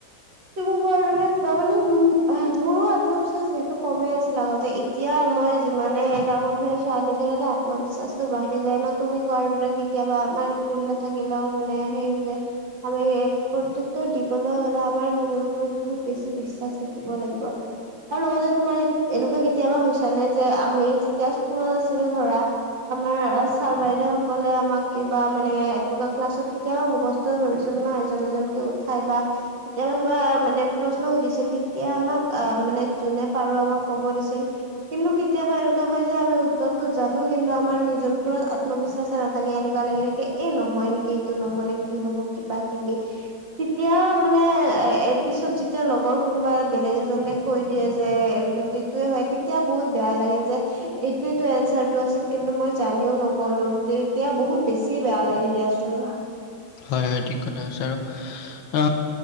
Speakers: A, on the right; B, on the left.
A: তুঙঘৰ এ যোৱা মানে, মোৰো আত্মবিশ্বাস যিহেতু কমে আছিল আগতে, এতিয়া মই যিমানে ডাঙৰ <unintelligible> চোৱা নিজৰ এটা আত্মবিশ্বাসটো বাঢ়ি যায় ন'। তুমি কোৱাৰ দৰে কেতিয়াবা আমাৰ ভুল নাথাকিলেও মানে সেই হৈ যায়। আমি প্ৰত্যত্তুৰ দিবলৈ হ'লে আম মাৰ নিজৰ ওপৰত বহুত বেছি বিশ্বাস থাকিব লাগিব। আৰু লগতে তোমাৰ এনেকুৱা কেতিয়াবা হৈছে নে? যে আমি যেতিয়া স্কুলত আছিলো ধৰা আমাৰ ছাৰ বাইদেউ সকলে আমাক কিবা মানে এনেকুৱা ক্লাছত কেতিয়াবা মুখস ত' ধৰিছিল ন', এজন এজনকৈ উঠাই বা কেতিয়াবা কিবা মানে প্ৰশ্ন সুধিছিল, তেতিয়া আমাক আহ মানে যোনে পাৰো আমাক ক'ব দিছিল। কিন্তু কেতিয়াবা এনেকুৱা হয় যে আমি উত্তৰটো জানো কিন্তু আমাৰ নিজৰ ওপৰত আত্মবিশ্বাসে নাথাকে। এনেকুৱা লাগে এ, নহয় নেকি এইটো? নহ'লে কি হ'ব? কিবা কিবি। তেতিয়া মানে এ পিছত যেতিয়া লগৰ কোনোবা বেলেগ এজনীয়ে কৈ দিয়ে যে এইটোত এইটোয়ে হয়। তিত তিয়া বহুত বেয়া লাগে যে এইটোৱে টো এনচাৰটো আছিল, কিন্তু মই জানিও নক'লো। তেতিয়া বহুত বেছিয়ে বেয়া লাগে দিয়াচোন।
B: হয়, হয়। ঠিক কথা কৈছা আৰু অ,